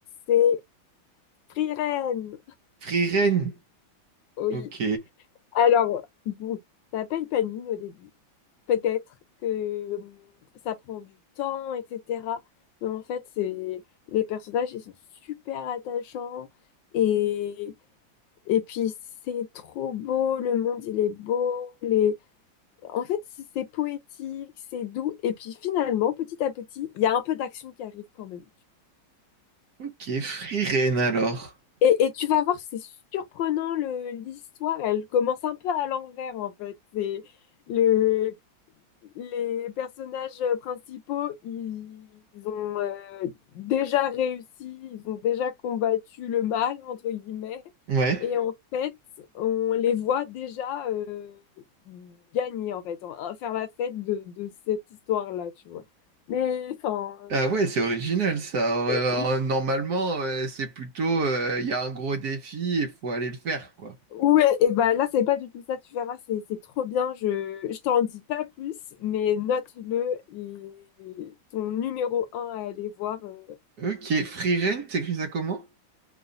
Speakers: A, on the left; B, on the right.
A: c'est Free Ren.
B: Frieren.
A: Oui,
B: Ok.
A: alors, bon, ça paye pas de mine au début. peut-être que hum, ça prend du temps, etc. Mais en fait, c'est les personnages, ils sont super attachants et et puis c'est trop beau, le monde il est beau, les en fait, c'est c'est poétique, c'est doux et puis finalement, petit à petit, il y a un peu d'action qui arrive quand même.
B: Ok, Frieren alors.
A: Et, et tu vas voir, c'est surprenant le l'histoire, elle commence un peu à l'envers en fait. C'est le les personnages euh, principaux, ils, ils ont euh, déjà réussi, ils ont déjà combattu le mal, entre guillemets,
B: Ouais.
A: et en fait, on les voit déjà euh, gagner, en fait, en- faire la fête de, de cette histoire-là, tu vois. Mais, enfin,
B: Ah ouais, c'est original ça. Ouais,
A: et-
B: alors, Normalement, ouais, c'est plutôt, euh, il y a un gros défi et il faut aller le faire, quoi.
A: ouais, et bah là, c'est pas du tout ça, tu verras, c'est c'est trop bien, je, je t'en dis pas plus, mais note-le, et ton numéro un à aller voir, euh,
B: Ok, Frieren, t'écris ça comment?